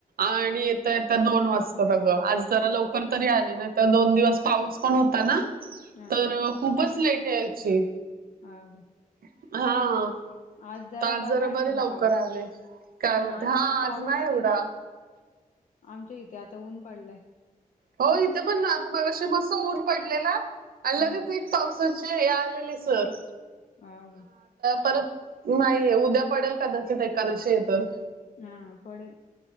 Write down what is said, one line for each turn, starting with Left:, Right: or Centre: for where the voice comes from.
Right: आणि,
Left: हा
Right: येता- येतता दोन वाजता अग, आज जरा लवकर तरी आले, ना त दोन, दिवस पाऊस पण होता ना,
Left: हा
Right: तर खूपच लेट याची,
Left: ह,
Right: हा
Left: आज, जरा
Right: तर
Left: बरा आहे
Right: बरे
Left: पण
Right: लवकर
Left: पाऊस,
Right: आले. काय बोलते
Left: ना आणि
Right: हा
Left: पाऊस
Right: आज नाही एवढा
Left: पण बघ, आमच्या इथे, आता ऊन पडलाय,
Right: हो, इथे पण ना आत मगाशी मस्त ऊन पडलेला, आणि
Left: हम्म
Right: लगेच पावसाची हे, आलेली सर
Left: हा का
Right: परत नाहीये, उद्या पडेल कदाचित, एखकादशी आहे तर.
Left: हा, पडेल